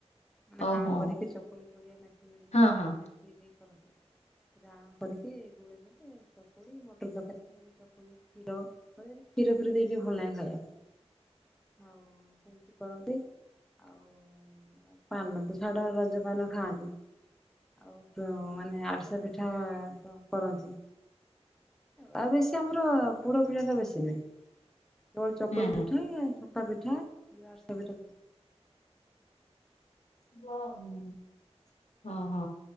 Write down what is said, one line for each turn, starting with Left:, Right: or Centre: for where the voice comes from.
Centre: ମାନେ
Left: ଓହୋ
Centre: ଅଣ କରିକି ତାକୁ ଚକୁଳି କରିବା ଯୋଉ
Left: ହଁ
Centre: ଦେଇକି
Left: ହଁ।
Centre: ନା ଇଏ ବି କରନ୍ତି ସେ ଆଣ କରିକି ଗୋଳେଇ ଦେଲେ ଚକୁଳି ମଟର ତରକାରୀ ଚ ଖିର ଫଳରେ ଖିର ଫିର ଦେଇକି ଭଲ ଲାଗେ ଖାଇବାକୁ ପାଇଁ ଆଉ। ସେମିତି କରନ୍ତି ଆଉ ପାନ ତ ଛାଡ ରସଜ ପାନ ଖାଆନ୍ତି। ଆଉ ମାନେ ଆରିସା ପିଠା କରନ୍ତି। ଆଉ ବେଶୀ ଆମର ପୋଡ ପିଠାଟା ବେଶୀ ନହିଁ। ଚକୁଳି
Left: ହୁଁ
Centre: ପିଠା ସକା ପିଠା ଆରସା ପିଠା
Left: ହଁ ନ୍। ଓହୋ